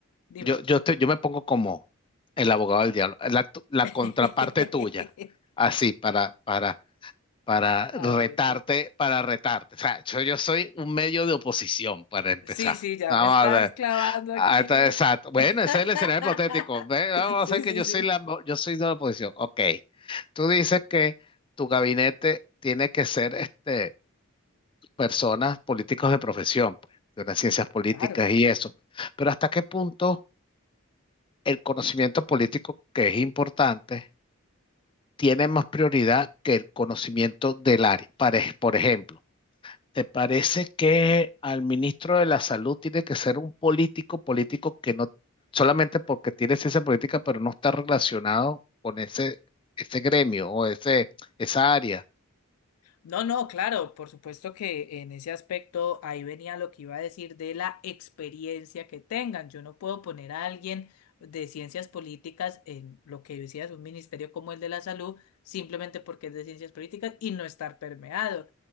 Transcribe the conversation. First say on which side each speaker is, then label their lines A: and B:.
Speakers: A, on the left (about 90°); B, on the left (about 25°).
A: dime.
B: yo, yo te- yo me pongo como el abogado del diablo, la, tu- la
A: <laughs>
B: contraparte tuya, así para, para, para
A: Ah,
B: retarte, para retarte. O sea, yo, yo soy un medio de oposición para empezar.
A: Sí, sí, ya
B: Vamos
A: me estás
B: a ver.
A: clavando
B: Ah,
A: aquí.
B: está- exacto. Bueno,
A: <laughs>
B: ese es el escenario hipotético. Ve, Vamos a
A: Sí,
B: hacer que
A: sí,
B: yo
A: sí.
B: soy la, yo soy de la oposición. Ok. Tú dices que tu gabinete tiene que ser este. personas, políticos de profesión, pues, de las ciencias políticas
A: Claro.
B: y eso. Pero ¿hasta qué punto el conocimiento político, que es importante, tiene más prioridad que el conocimiento del área? Pare- Por ejemplo, ¿te parece que al ministro de la Salud tiene que ser un político, político que no, solamente porque tiene ciencia política, pero no está relacionado con ese, ese gremio o ese, esa área?
A: No, no, claro, por supuesto que en ese aspecto ahí venía lo que iba a decir de la experiencia que tengan. Yo no puedo poner a alguien de ciencias políticas en lo que decías, un ministerio como el de la salud, simplemente porque es de ciencias políticas y no estar permeado.